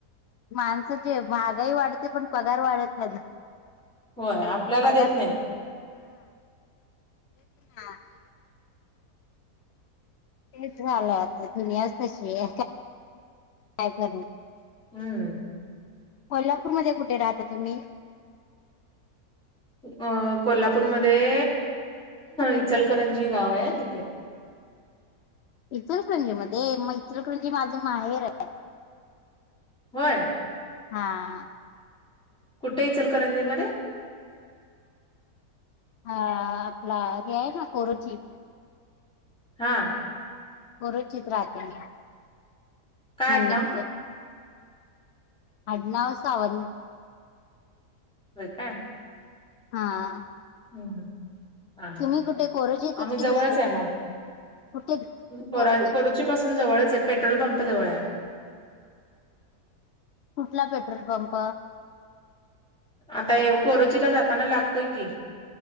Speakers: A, on the left; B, in the centre.
A: माणसं जे महागाई वाढते पण पगार वाढत नाही.
B: होय आपल्याला
A: पगार
B: देत नाही.
A: ते त नाही. तेच झालं आता दुनियाच तशी आहे. काय कर ना.
B: हम्म
A: कोल्हापूरमध्येध्ये कुठे राहता तुम्ही?
B: अ कोल्हापूरमध्ये इचलकरंजी गाव आहे तिथे
A: इथरकुंजी मध्ये मग इथरकृंजी माझ माहेर आहे.
B: होय.
A: हा.
B: कुठे येचलंजी मध्ये
A: हा आपला हे आहे ना कोरची
B: हा.
A: पुरुचित राहते
B: काय
A: म म
B: आडनाव
A: म ते हड नाव सावंत.
B: ब का?
A: हा.
B: हम् हम. हा
A: तुम्ही कुठे कोरोचीतच
B: आम्ही
A: की
B: जवळच
A: दुसरीकडे
B: आहे मग
A: कुठे
B: कर.
A: कोरोची
B: पाासून जवळच आहे पेट्रोल पंप जवळ आहे.
A: कुठला पेट्रोल पंप
B: आता खरोचीला जाताना लागतोय की